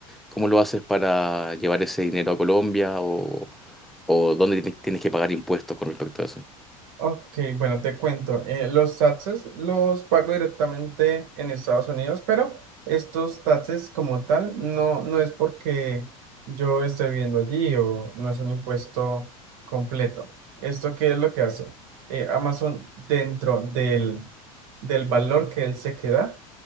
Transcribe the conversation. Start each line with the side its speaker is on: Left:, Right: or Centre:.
Centre: ¿cómo lo haces para llevar ese dinero a Colombia o, o dónde tienes tienes que pagar impuestos con respecto a eso?
Right: Ok, bueno, te cuento. eh, los taxes los pago directamente en Estados Unidos, pero estos taxes como tal no, no es porque yo esté viviendo allí o no es un impuesto completo. ¿Esto qué es lo que hace? Eh, Amazon dentro del, del valor que él se queda,